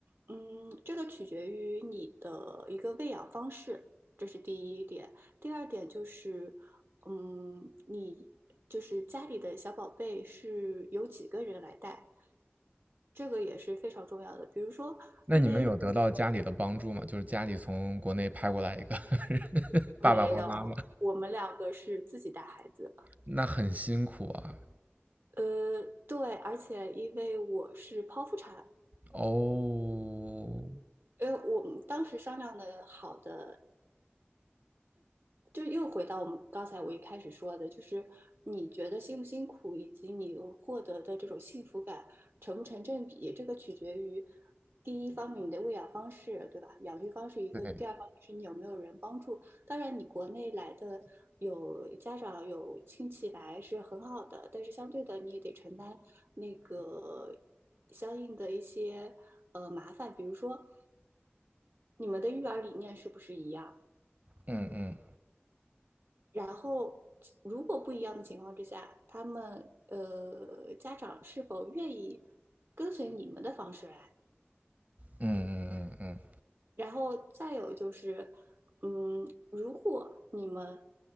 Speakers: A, on the right; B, on the right.
A: 嗯，这个取决于你的一个喂养方式，这是第一点。第二点就是，嗯，你就是家里的小宝贝是由几个人来带，这个也是非常重要的。比如说，
B: 那你们有得到家里的帮助吗？
A: 因为
B: 就是家里从国内派过来一个 <laughs> 爸爸或妈妈，
A: 没有，我们两个是自己带孩子。
B: 那很辛苦啊。
A: 呃，对，而且因为我是剖腹产，
B: 哦，
A: 因为我们当时商量的好的就又回到我们刚才我一开始说的，就是你觉得辛不辛苦，以及你获得的这种幸福感成不成正比，这个取决于第一方面你的喂养方式，对吧？养育方式一个，
B: 对，
A: 第二方面是你有没有人帮助。当然，你国内来的有家长有亲戚来是很好的，但是相对的你也得承担那个相应的一些呃麻烦，比如说你们的育儿理念是不是一样？
B: 嗯嗯
A: 然后，如果不一样的情况之下，他们呃家长是否愿意跟随你们的方式来？
B: 嗯嗯嗯嗯
A: 然后再有就是，嗯，如果你们